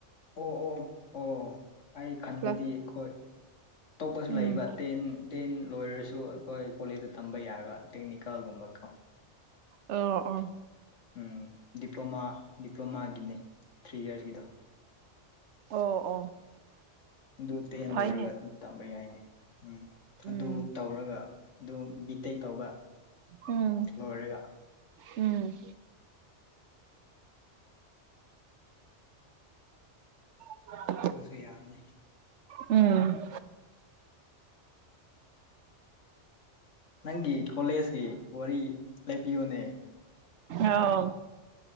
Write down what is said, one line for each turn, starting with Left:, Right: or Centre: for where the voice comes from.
Left: ꯑꯣ ꯑꯣ ꯑꯣ ꯑꯩ ꯈꯟꯕꯗꯤ
Right: ꯀ꯭ꯂꯥꯁ
Left: ꯑꯩꯈꯣꯏ ꯑꯇꯣꯞꯄꯁꯨ
Right: ꯎꯝ
Left: ꯂꯩꯕ ꯇꯦꯟ ꯇꯦꯟ ꯂꯣꯏꯔꯁꯨ ꯑꯩꯈꯣꯏ ꯀꯣꯂꯦꯖꯇ ꯇꯝꯕ ꯌꯥꯥꯏꯕ ꯇꯦꯛꯅꯤꯀꯜꯒꯨꯝꯕꯀꯣ
Right: ꯑ ꯑꯣ
Left: ꯎꯝ ꯗꯤꯄ꯭ꯂꯣꯃꯥ ꯗꯤꯄ꯭ꯂꯣꯃꯥꯒꯤꯅꯦ ꯊ꯭ꯔꯤ ꯏꯔꯁꯀꯤꯗꯣ
Right: ꯑꯣ ꯑꯣ
Left: ꯑꯗꯨ ꯇꯦꯟ
Right: ꯐꯩꯅꯦ
Left: ꯂꯣꯏꯔꯒ ꯑꯗꯨꯝ ꯇꯥꯝꯕ ꯌꯥꯏꯅꯤ ꯎꯝ
Right: ꯎꯝ
Left: ꯑꯗꯨ ꯇꯧꯔꯒ ꯑꯗꯨꯝ ꯕꯤ ꯇꯦꯛ ꯇꯧꯕ
Right: ꯎꯝ
Left: ꯂꯣꯏꯔꯒ
Right: ꯎꯝ ꯎ <unintelligible>
Left: ꯑꯗꯨꯁꯨ ꯌꯥꯕꯅꯤ
Right: ꯎꯝ
Left: ꯅꯪꯒꯤ ꯀꯣꯂꯦꯖꯀꯤ ꯋꯥꯔꯤ ꯂꯦꯞꯄꯤꯌꯣꯅꯦ
Right: ꯑꯧ